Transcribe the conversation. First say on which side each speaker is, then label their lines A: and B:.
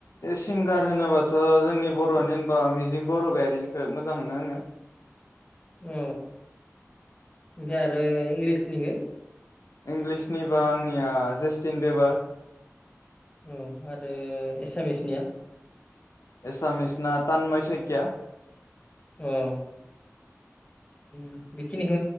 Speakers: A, on the left; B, on the left.
A: सिंगार होनोबाथ' जोंनि बर'नि होनबा मिजिं बरगायारिनिखौ मोजां मोनो आङो।
B: औ ओमफ्राय आरो इंलिसनि
A: इंलिसनि बा आंनिया जेस्टिन बेबार
B: औ आरो एसामिसनिया
A: एसामिसना <unintelligible>
B: उम अ बेखिनिखौ